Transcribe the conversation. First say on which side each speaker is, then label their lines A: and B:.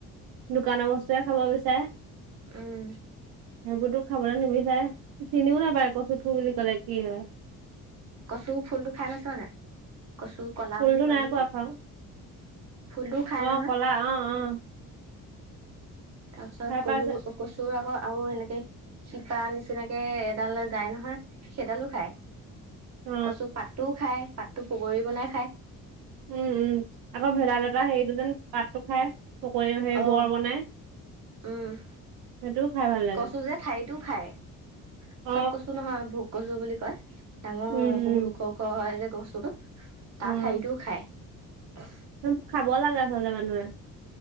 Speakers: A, on the right; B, on the right.
A: দোকানৰ বস্তুৱে খাব বিচাৰে।
B: উম,
A: সেইবোৰতো খাবলৈ নিবিচাৰে চিনিও নাপায় কচুঠু বুলি ক'লে কি হয়।
B: কচু ফুলটো খাই পাইছ নাই কচু ক'লা
A: ফুলটো
B: বুলি কয়
A: নাই
B: নেকি।
A: পোৱা খাওঁ
B: ফুলটোও খাই
A: অ
B: নহয়।
A: কলা অ অ।
B: তাৰপিছত
A: খাই পাইছে
B: কলু কচুৰ আকৌ আৰু এনেকে। শিপা নিচিনাকে এডাল যায় নহয় সেইডালো খায়।
A: অ
B: কচু পাতো খাই পাততো পকৰী বনাই খায়।
A: উম উম আকৌ ভেদাই লতা হেৰিটো যেন পাতটো খাই পকৰী হে
B: অ
A: বৰ বনাই।
B: উম
A: সেইটোও খাই ভাল লাগে
B: কচু যে ঠাৰিটো খায়।
A: অ
B: চব কচু নহয় ভোক কচু বুলি কয় ডাঙৰ
A: উম
B: বহুত
A: উম
B: ওখ ওখ হয় যে কচুতো তাৰ
A: উম
B: ঠাৰিটোও খাই <unintelligible>
A: সেইবোৰ খাব লাগে আচলতে মানুহে।